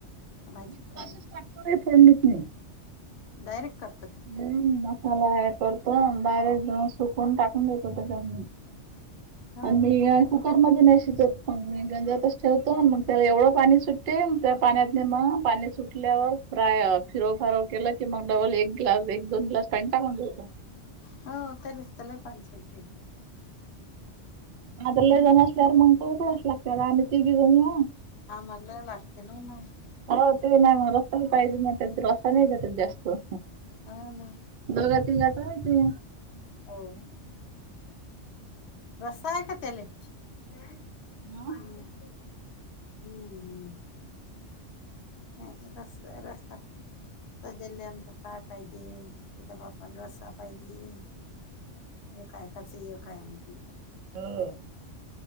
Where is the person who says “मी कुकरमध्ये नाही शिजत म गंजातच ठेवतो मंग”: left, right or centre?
Right